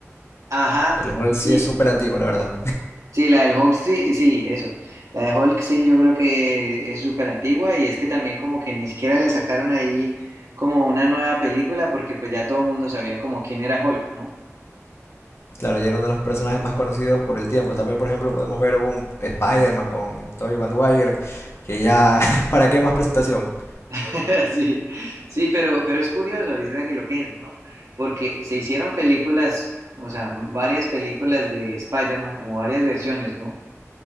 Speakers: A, on the right (about 90°); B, on the left (about 55°).
A: ajá.
B: El Hulk sí
A: Sí,
B: es súper antiguo, la verdad.
A: Sí, la del Hulk, sí, sí, eso. La de Hulk, sí, yo creo que es súper antigua y es que también como que ni siquiera le sacaron ahí como una nueva película porque pues ya todo el mundo sabía como quién era Hulk, ¿no?
B: Claro, ya era uno de los personajes más conocidos por el tiempo. También, por ejemplo, podemos ver un Spider-Man con Tobey Maguire, que ya, <laughs> ¿para qué más presentación?
A: <laughs> Sí, sí, pero, pero es curioso ahorita que lo pienso, ¿no? Porque se hicieron películas, o sea, varias películas de Spider-Man, como varias versiones, ¿no?